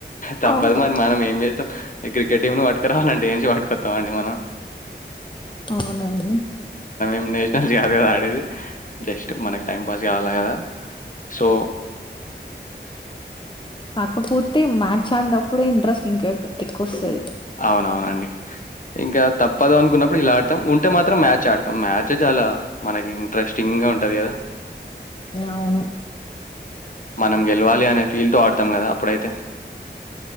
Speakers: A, on the left; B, on the left.
A: తప్పదు
B: అవును
A: మరి మనం ఏం జేస్తాం క్రికెట్ టీమ్ ను పట్టుకు రావాలంటేం పట్టుకొత్తామండీ మనం
B: ఔనండి
A: నేషనల్స్కాదు కదా ఆడేది జస్ట్ మనకి టైం పాస్ కావాలి లాయ దా సో
B: కాకపోతే మ్యాచ్ ఆడ్నప్పుడే ఇంట్రెస్ట్ ఇంక ఎక్కువొస్తది
A: ఔనవునండీ ఇంకా తప్పదు అనుకున్నప్పుడు ఇలా ఆడుతాం ఉంటే మాత్రం మ్యాచ్ ఆడుత్ మ్యాచ్ చాలా మనకిన్ట్రస్టింగ్ గా ఉంటుంద్ అది గా
B: అవును
A: మనం గెల్వాలీ అనే ఫీల్ తో ఆడతాం గదా అప్పుడైతే